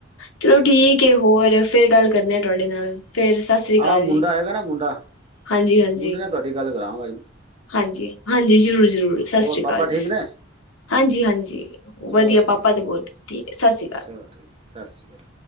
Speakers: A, on the left (about 85°); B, on the right (about 30°).
A: ਚਲੋ ਠੀਕ ਹੈ ਹੋਰ ਫੇਰ ਗੱਲ ਕਰਨੀੇ ਆ ਤੁਹਾਡੇ ਨਾਲ। ਫੇਰ ਸਤਿ ਸ੍ਰੀ
B: ਹਾਂ
A: ਅਕਾਲ
B: ਮੁੰਡਾ
A: ਜੀ,
B: ਆਏਗਾ ਨਾ ਮੁੰਡਾ
A: ਹਾਂਜੀ-ਹਾਂਜੀ।
B: ਮੁੰਡੇ ਨਾਲ ਤੁਹਾਡੀ ਗੱਲ ਕਰਾਂਵਾਂਗਾ ਜੀ।
A: ਹਾਂਜੀ,, ਹਾਂਜੀ ਜ਼ਰੂਰ-ਜ਼ਰੂਰ ਸਤਿ
B: ਹੋਰ
A: ਸ਼੍ਰੀ ਅਕਾਲ
B: ਪਾਪਾ
A: ਜੀ।
B: ਠੀਕ ਨੇ
A: ਹਾਂਜੀ-ਹਾਂਜੀ,
B: ਚਲੋ
A: ਵਧੀਆ
B: ਠੀਕ
A: ਪਾਪਾ ਤੇ ਬਹੁਤ ਠੀਕ ਹੈ ਸਤਿ ਸ੍ਰੀ ਅਕਾਲ।
B: ਚਲੋ ਠੀਕ ਸਤਿ ਸ਼੍ਰੀ ਅਕਾਲ।